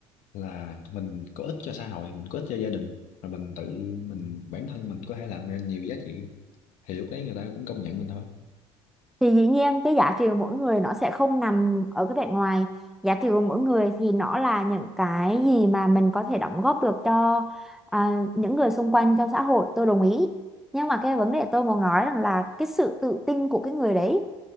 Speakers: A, on the left; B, in the centre.
A: là mình có ích cho xã hội mình có ích cho gia đình và mình tự mình bản thân mình có thể làm ra nhiều giá trị thì lúc đấy người ta cũng công nhận mình thôi
B: thì dĩ nhiên cái giá trị của mỗi người nó sẽ không nằm ở cái vẻ ngoài giá trị của mỗi người thì nó là những cái gì mà mình có thể đóng góp được cho à, những người xung quanh cho xã hội tôi đồng ý nhưng mà cái vấn đề tôi muốn nói rằng là cái sự tự tin của cái người đấy